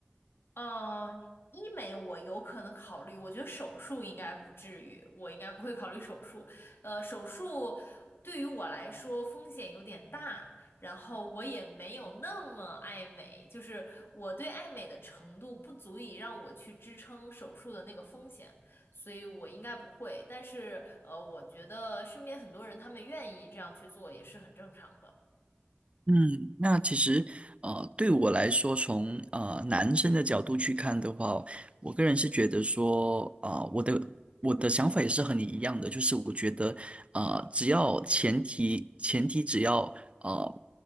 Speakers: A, on the left; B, on the right.
A: 呃，医美我有可能考虑，我觉得手术应该不至于，我应该不会考虑手术。呃，手术对于我来说风险有点大，然后我也没有那么爱美，就是我对爱美的程度不足以让我去支撑手术的那个风险，所以我应该不会。但是呃，我觉得身边很多人他们愿意这样去做也是很正常的。
B: 嗯，那其实呃，对我来说，从呃男生的角度去看的话，我个人是觉得说，啊、我的我的想法也是和你一样的，就是我觉得，呃，只要前提前提只要呃